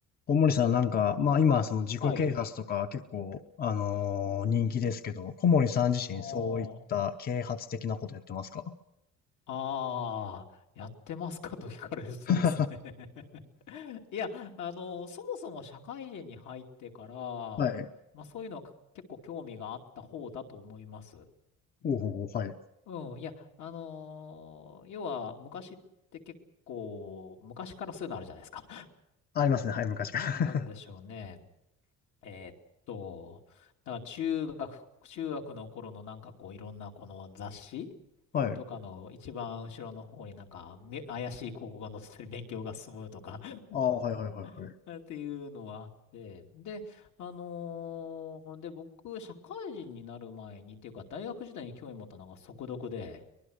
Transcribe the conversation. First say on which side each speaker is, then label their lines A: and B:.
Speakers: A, on the left (about 30°); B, on the left (about 70°).
A: 小森さんなんか、まあ今その自己啓発とか結構、
B: はい。
A: あのー人気ですけど、小森さん自身そういった啓発的なことやってますか
B: ああ、ああ、やってますかと聞かれるとですね
A: <laughs>
B: <laughs> いや、あの、そもそも社会人に入ってから、
A: はい。
B: まあそういうのは結構興味があった方だと思います。
A: おうほうほう、はい。
B: うん、いや、あのー要は昔って結構、昔からそういうのあるじゃないですか。
A: ありますね。はい、昔から。
B: <laughs> なんでしょうね。えーっと、だから中学、中学の頃のなんかこういろんなこの雑誌
A: <laughs> はい。
B: とかの一番後ろの方になんかめ怪しい広告が載ってたり勉強が進むとか
A: ああ、はいはいはいはい。
B: <laughs> っていうのはあって、で、あのーで、僕、社会人になる前にっていうか大学時代に興味持ったのが速読で、